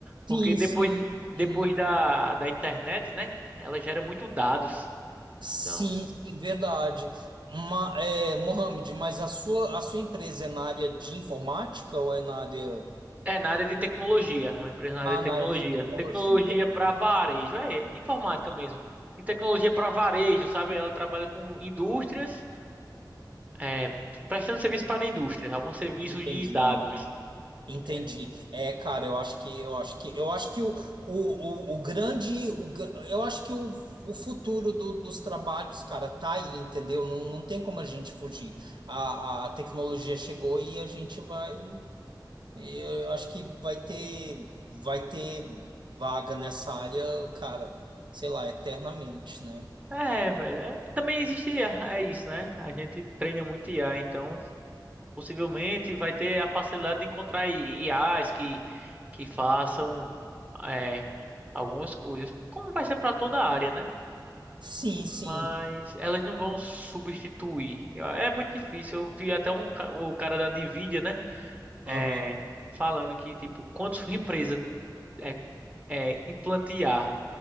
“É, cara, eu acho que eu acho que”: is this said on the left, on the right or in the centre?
Right